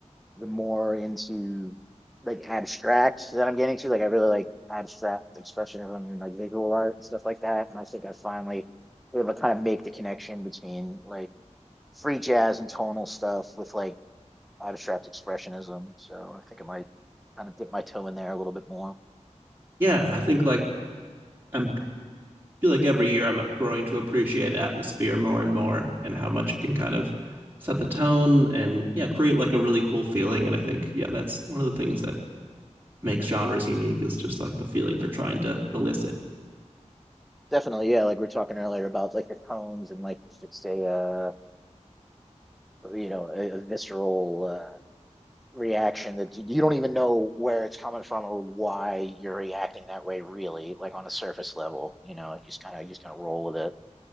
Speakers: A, in the centre; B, on the right (about 15°).
A: the more into like abstract that I'm getting to, like I really like abstract expressionism and like visual art and stuff like that. And I think I finally able to kind of make the connection between like free jazz and tonal stuff with like abstract expressionism. So I think I might kind of dip my toe in there a little bit more.
B: Yeah, I think like I'm feel like every year I'm growing to appreciate atmosphere more and more and how much it can kind of set the tone and yeah, create like a really cool feeling. And I think, yeah, that's one of the things that makes genres unique is just like the feeling they're trying to elicit.
A: Definitely, yeah. Like we are talking earlier about like the tones and like it's a uh, you know a, a visceral uh, reaction that you don't even know where it's coming from or why you're reacting that way. Really, like on a surface level, you know, just kind of just kind of roll with it.